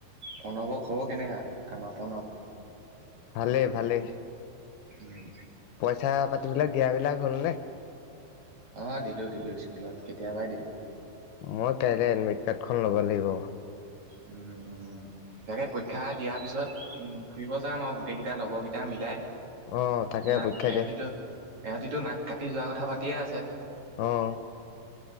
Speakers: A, on the right; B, on the left.
A: প্ৰণৱক খবৰ কেনেকুৱা আমাৰ প্ৰণৱ
B: ভালে ভালে
A: উম
B: পইচা পাতিবিলাক দিয়া বিলাক হ'ল নে?
A: অ দিলো দিলো স্কুলত কেতিয়াবাই দিলো
B: মই কাইলে এডমিট কাৰ্ডখন ল'ব লাগিব
A: উম উম তাকে পৰীক্ষা দিয়াৰ পিছত উম ফুৰিব যাম আৰু গোটেইকেইটা লগৰকেইটা মিলাই
B: অ তাকে
A: নাক
B: পৰীক্ষা
A: এহঁতিতো
B: দিয়া
A: এহতিটো নাক কাটি যোৱা কথা পাতিয়ে আছে
B: অহ